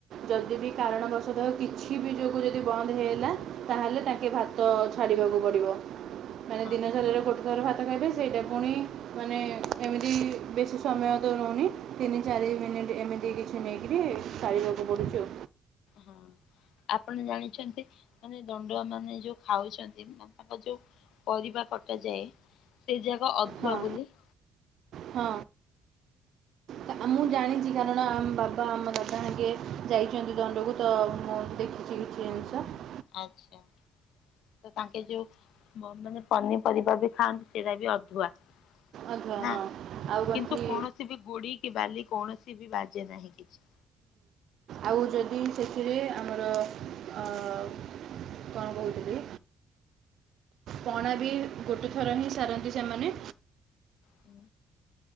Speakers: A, on the right; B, on the left.
A: ଯଦି ବି କାରଣବଶତଃଉ କିଛି ବି ଯୋଗୁ ଯଦି ବନ୍ଦ ହେଇଗଲା ତା'ହେଲେ ତାଙ୍କେ ଭାତ ଛାଡ଼ିବାକୁ ପଡ଼ିବ, ମାନେ
B: ହଁ
A: ଦିନସାରାରେ ଗୋଟେ ଘର ଭାତ ଖାଇବେ, ସେଇଟା ପୁଣି ମାନେ ଏମିତି ବେଶୀ ସମୟ ତ ରହୁନି ତିନି ଚାରି ମିନିଟ୍ ଏମିତି କିଛି ନେଇକିରି ସାରିବାକୁ ପଡ଼ୁଛି ଆଉ
B: ହଁ ଅଁ ଆପଣ ଜାଣିଛନ୍ତି ମାନେ ଦଣ୍ଡୁଆ ମାନେ ଯୋଉ ଖାଉଛନ୍ତି ତାଙ୍କ ଯୋଉ ପରିବା କଟାଯାଏ ସେ ଯାକ ଅଧୁଆ
A: ହଁ
B: ବୋଲି
A: ହଁ ତ ମୁଁ ଜାଣିଛି କାରଣ ଆମ ବାବା ଆମ ଦାଦା ଆକେ ଯାଇଛନ୍ତି ଦଣ୍ଡକୁ ତ ମୁଁ ଦେଖିଛି <unintelligible>
B: ଆଛା ତ ତାଙ୍କେ ଯୋଉ ମାନେ ପନିପରିବା ବି ଖାଆନ୍ତି ସେଇଟା ବି ଅଧୁଆ
A: ଆଚ୍ଛା
B: ନା
A: ହଁ ଆଉ ବାକି
B: କିନ୍ତୁ କୌଣସି ବି ଗୋଡି କି ବାଲି କୌଣସି ବି ବାଜେ ନାହିଁ କିଛି
A: ଆଉ ଯଦି ସେଥିରେ ଆମର କଣ କହୁଥିଲି? ପଣା ବି ଗୋଟେ ଥର ହିଁ ସାରନ୍ତି ସେମାନେ
B: ହୁଁ